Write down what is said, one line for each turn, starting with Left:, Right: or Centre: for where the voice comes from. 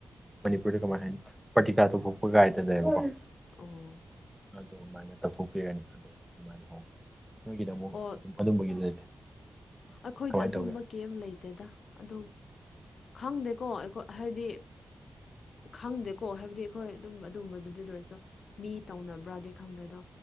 Centre: ꯃꯅꯤꯄꯨꯔꯗ ꯀꯃꯥꯏ ꯍꯥꯏꯅꯤ ꯄꯇꯤꯀꯥ ꯇ ꯐꯣꯛꯄ ꯀꯥꯏꯗꯗꯕꯀꯣ
Left: ꯑꯣ
Centre: ꯑꯗꯨꯃꯥꯏꯅ ꯇꯧꯊꯣꯛꯄꯤꯔꯅꯤ ꯑꯗꯨ ꯑꯗꯨꯃꯥꯏꯅ ꯍꯣꯡꯉꯤ ꯅꯣꯏꯒꯤꯗ ꯑꯃꯨꯛ
Left: ꯑꯣ
Centre: ꯑꯗꯨꯝ ꯑꯗꯨꯝꯕꯒꯤꯗꯤ ꯂꯩꯇꯦ
Left: ꯑꯩꯈꯣꯏꯗꯤ
Centre: ꯀꯃꯥꯏꯅ
Left: ꯑꯗꯨꯝꯕ
Centre: ꯇꯧꯒꯦ
Left: ꯀꯦꯝ ꯂꯩꯇꯦꯗ ꯑꯗꯨꯝ ꯈꯪꯗꯦꯀꯣ ꯑꯩꯣꯏ ꯍꯥꯏꯗꯤ ꯈꯪꯗꯦꯀꯣ ꯍꯥꯏꯕꯗꯤ ꯑꯩꯈꯣꯏ ꯑꯗꯨꯝ ꯑꯗꯨꯝꯕꯗꯨꯗꯤ ꯂ ꯑꯣꯏꯔꯁꯨ ꯃꯤ ꯇꯧꯅꯕ꯭ꯔꯥꯗꯤ ꯈꯪꯗꯦ ꯑꯗꯣ